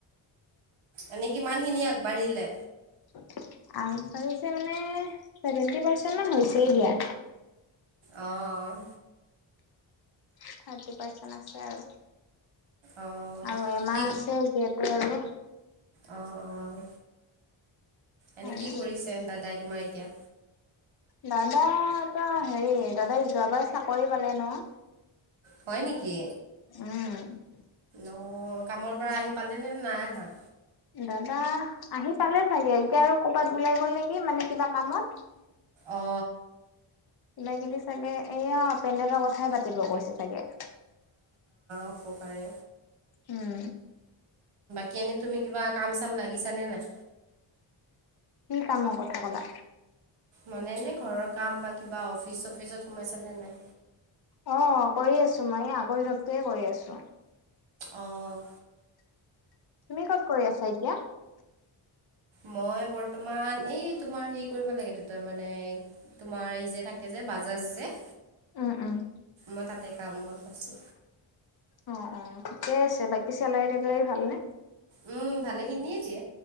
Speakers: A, on the right (about 75°); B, on the left (about 50°).
A: এনে কিমান খিনি আগবাঢ়িলে।
B: <inaudible> আ, পাৰিছে মানে চেভেন্টি পাৰ্চেন্ট মান হৈছেই দিয়া।
A: অ'।
B: থাৰ্টি পাৰ্চেণ্ট আছে আৰু।
A: অঁ
B: আৰু এমাহ
A: কি
B: আছে যিহেতু আৰু।
A: অ', অ', এনেই
B: হয়
A: কি
B: ন
A: কৰিছে দাদাই তোমাৰ এতিয়া?
B: দাদা ত হেৰি দাদা যোৱাবাৰ চাকৰি পালে নহ।
A: হয় নেকি?
B: উম
A: অ', কামৰ পৰা আহি পালি নে নাই আহা?
B: দাদা আহি পালে চাগে, এতিয়া আৰু কৰ'বাত ওলাই গ'ল নেকি মানে কিবা কামত
A: অ
B: কিবা কিবি চাগে এয়া পেণ্ডেলৰ কথাই পাতিব কৈছে চাগে
A: উপকাৰে
B: উম,
A: কেনে তুমি কিবা কাম চাম লাগিছ নে নাই?
B: কি কাম কথা কলা?
A: মানে নে ঘৰৰ কাম বা কিবা অফিচ চফিচত সোমাই চালে নাই?
B: অ', কৰি আছো মই আগৰ জপটোৱে কৰি আছো
A: অ',
B: তুমি কত কৰি আছা এতিয়া?
A: মই বৰ্তমান এই তোমাৰ হেৰি কৰিব লাগে তাৰ মানে, তোমাৰ এই যে থাকে যে যে বাজাজ যে
B: উম, উম,
A: মই তাতে কামত আছো
B: অ', ঠিকেই আছে, বাকী চেলাৰী টেলাৰী ভালনে?
A: উম, ভালেখিনিয়ে দিয়ে